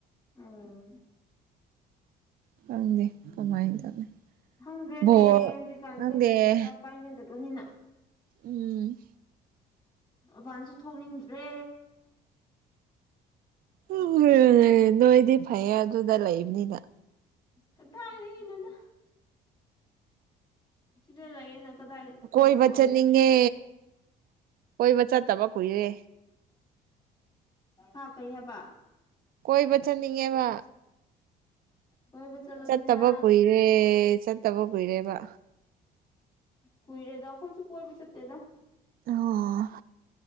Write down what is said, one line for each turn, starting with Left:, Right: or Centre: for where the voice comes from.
Left: ꯑꯣ
Right: ꯈꯪꯗꯦ ꯀꯃꯥꯏ ꯇꯧꯅꯤ
Left: ꯍꯪꯗ꯭ꯔꯅꯦ
Right: ꯕꯣꯜ
Left: ꯍꯧꯖꯤꯛꯀꯥꯟꯁꯦ
Right: ꯅꯪꯗꯦ
Left: ꯄꯩꯁꯥ ꯄꯥꯏꯅꯗꯕꯅꯤꯅ
Right: ꯎꯝ
Left: ꯃꯕꯥꯥꯟꯁꯨ ꯊꯣꯛꯅꯤꯡꯗ꯭ꯔꯦ
Right: ꯎꯝ ꯅꯣꯏꯗꯤ ꯐꯩꯌꯦ ꯑꯗꯨꯗ ꯂꯩꯕꯅꯤꯅ
Left: ꯀꯗꯥ ꯑꯅ ꯏꯅꯥꯅ ꯁꯤꯗ ꯂꯩꯌꯦꯅ ꯀꯗꯥꯏ ꯐꯕ
Right: ꯀꯣꯏꯕ
Left: ꯑꯣꯏꯔꯦꯗ
Right: ꯆꯠꯅꯤꯡꯉꯦ ꯀꯣꯏꯕ ꯆꯠꯇꯕ ꯀꯨꯏꯔꯦ
Left: ꯍꯥ ꯀꯔꯤ ꯍꯥꯏꯕ
Right: ꯀꯣꯏꯕ ꯆꯠꯅꯤꯡꯉꯦꯕ
Left: ꯀꯣꯏꯕ ꯆꯠꯂꯨꯗꯅ
Right: ꯆꯠꯇꯕ ꯀꯨꯏꯔꯦ ꯆꯠꯇꯕ ꯀꯨꯏꯔꯦꯕ
Left: ꯀꯏꯔꯦꯗ ꯈꯣꯏꯁꯨ ꯀꯣꯏꯔꯕ ꯆꯠꯇꯦꯗ
Right: ꯑꯣ